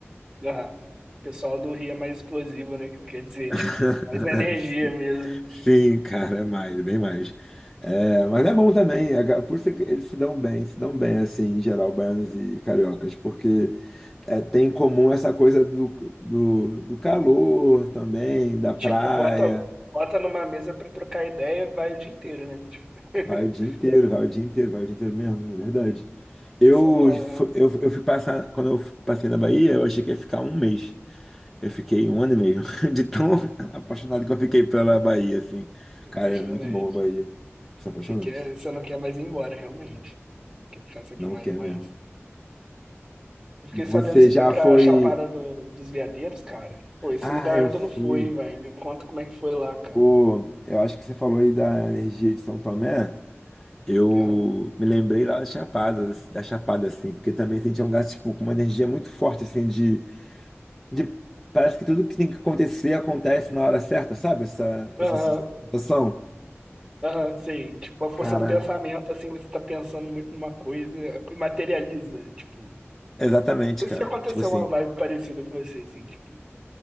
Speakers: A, on the right (about 20°); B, in the centre.
A: aham. O pessoal do Rio é mais explosivo, né? Que Quer dizer,
B: <laughs>
A: tipo, mais energia mesmo.
B: Sim, cara, é mais, bem mais. É, mas é bom também, a ga- por isso que eles se dão bem, se dão bem, assim, em geral, baianos e cariocas, porque é, tem em comum essa coisa do, do, do calor também, da
A: E,
B: praia.
A: Tipo, bota, bota numa mesa pra trocar ideia, vai o dia inteiro, né? Tipo, <laughs>
B: Vai o dia inteiro, vai o dia inteiro, vai o dia inteiro mesmo, é verdade. Eu,
A: só falando,
B: fu- eu, eu fui passar, quando eu fui- passei na Bahia, eu achei que ia ficar um mês. Eu fiquei um ano e meio, <laughs> de tão apaixonado que eu fiquei pela Bahia, assim.
A: apaixonante.
B: Cara, é muito bom a Bahia. São apaixonantes.
A: Você quer, você não quer mais ir embora, realmente. Quer ficar sempre
B: Não
A: mais,
B: quer
A: mais.
B: mesmo.
A: Eu Fiquei
B: Você
A: sabendo que você
B: já
A: foi pra
B: foi.
A: Chapada do- dos Veadeiros, cara. Pô, esse
B: Ah,
A: lugar
B: eu
A: ainda
B: fui.
A: não foi, velho. Me conta como é que foi lá, cara.
B: Pô, eu acho que você falou aí da energia de São Tomé. Eu
A: Aham,
B: me lembrei lá da Chapada, da Chapada, assim, porque também sentia um lugar, tipo, com uma energia muito forte, assim, de de- parece que tudo que tem que acontecer acontece na hora certa, sabe? Essa, essa
A: aham,
B: sensação.
A: Aham, sei. Tipo, a força
B: Cara,
A: do pensamento, assim, você tá pensando muito numa coisa e materializa, tipo.
B: exatamente,
A: Não
B: cara.
A: sei se aconteceu
B: Tipo assim,
A: uma vibe parecida com você, assim, tipo.